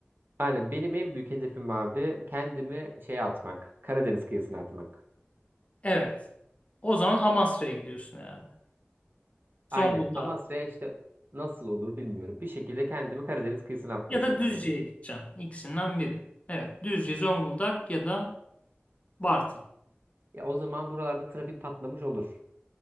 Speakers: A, on the right; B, on the left.
A: aynen benim en büyük hedefim abi kendimi şeye atmak. Karadeniz kıyısına atmak.
B: Evet. O zaman Amasra'ya gidiyorsun herhalde. Zonguldak
A: Aynen. Amasra'ya işte nasıl olur bilmiyorum. Bir şekilde kendimi Karadeniz kıyısına atmaya
B: ya
A: çalışıyorum.
B: da Düzce'ye gideceksin. İkisinden biri. Evet. Düzce, Zonguldak ya da Bartın.
A: Ya o zaman buralarda trafik patlamış olur.